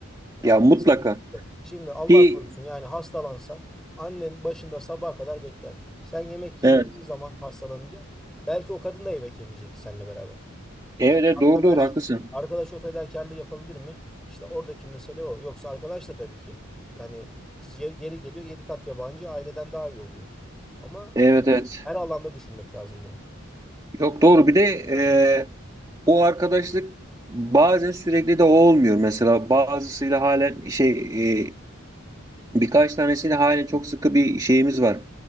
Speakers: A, in the centre; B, on the right.
A: Yani
B: Ya mutlaka.
A: şimdi Allah
B: Ki
A: korusun yani hastalansan annen başında sabaha kadar bekler. Sen yemek yemediğin
B: evet,
A: zaman hastalanınca belki o kadın da yemek yemeyecek seninle beraber.
B: evet evet,
A: Arkadaş
B: doğru doğru haklısın.
A: arkadaş o fedakarlığı yapabilir mi? İşte oradaki mesele o. Yoksa arkadaş da tabii ki yani biz yeri, yeri geliyor yedi kat yabancı aileden daha iyi oluyor. Ama
B: Evet evet.
A: her alanda düşünmek lazım bunu.
B: Yok doğru bir de e, o arkadaşlık bazen sürekli de olmuyor. Mesela bazısıyla halen şey e, Birkaç tanesiyle halen çok sıkı bir şeyimiz var.